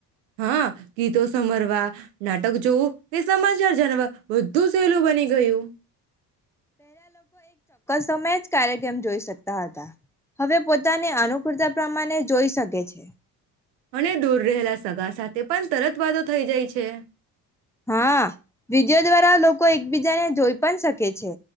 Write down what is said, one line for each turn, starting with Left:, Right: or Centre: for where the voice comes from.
Right: હા ગી તો સમરવા. નાટક જોવ એ સમાચાર જણવાર. બધું સહેલું બની ગયું.
Centre: સમય જ કાર્યક્રમ જોઈ શકતા હતા હવે પોતાની અનુકૂળતા પ્રમાણે જોઈ શકે છે.
Right: અને દૂર રહેલા સગા સાથે પણ તરત વાતોો થઈ જાય છે.
Centre: હા વિીજયો દ્વારા લોકો એકબીજાને જોઈ પણ શકે છે